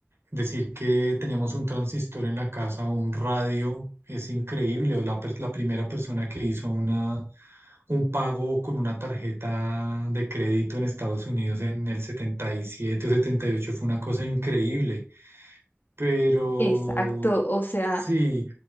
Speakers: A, on the right (about 85°); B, on the left (about 50°).
A: decir que teníamos un transistor en la casa o un radio es increíble. O la, per- la primera persona que hizo una un pago con una tarjeta de crédito en Estados Unidos en el 77 o 78 fue una cosa increíble pero
B: Exacto, o sea,
A: sí,